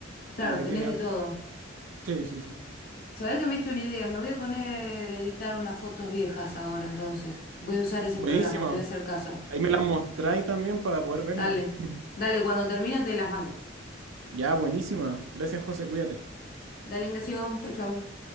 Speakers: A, on the left; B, on the right.
A: claro,
B: como que
A: tenés
B: tiene
A: de
B: harto.
A: todo.
B: Sí, sí, sí.
A: Sabés que me diste una idea. Me voy a poner a editar unas fotos viejas ahora, entonces. Voy a usar ese
B: Buenísima.
A: programa, te voy a hacer caso.
B: Ahí me las mostráis también para poder verla.
A: Dale.
B: <laughs>
A: Dale, cuando termine te las mando.
B: Ya, buenísima. Gracias, José, cuídate.
A: Dale, Ignacio. Chau, chau.